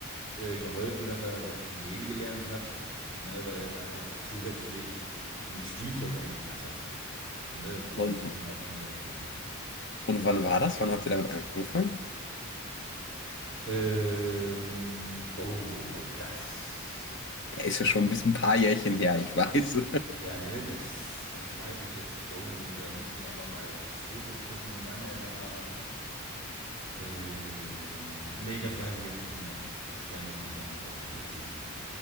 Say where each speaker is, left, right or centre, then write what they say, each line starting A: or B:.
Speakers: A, on the left; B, on the left.
A: äh, geholfen, dass er das Gehen gelernt hat, ne, weil er einfach zusätzlich ein Spielzeug eigentlich hatte, ne, womit
B: Und,
A: er
B: w-
A: dann auch interagiert hat.
B: und wann war das? Wann habt ihr damit angefangen?
A: Ähm, oh boy, das.
B: Ja, ist ja schon ein bisschen ein paar Jährchen her, ich weiß.
A: Ja, ne, das, das weiß ich jetzt. Oh, da müsst ihr einfach mal Fotos gucken, wann er da. Ähm, nee, das weiß ich jetzt nicht mehr. Das kann ich jetzt nicht nachvollziehen.